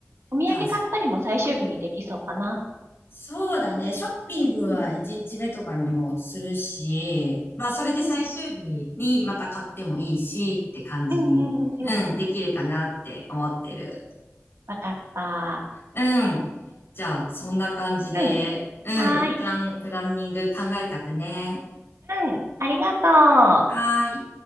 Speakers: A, on the right (about 70°); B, on the left (about 50°).
A: お土産買ったりも最終日にできそうかな。
B: じゃあ、そうだね。ショッピングは1日目とかにもするし、
A: うんうん
B: まあ、それで最終日にまた買ってもいいしって感じに、
A: うんうんうんうんうん。
B: うん、できるかなって思ってる。
A: わかった。
B: うん。じゃあ、そんな感じで、
A: うん。
B: うん、
A: はーい。
B: 一旦プランニング考えたくね。
A: うん。ありがとう。
B: はーい。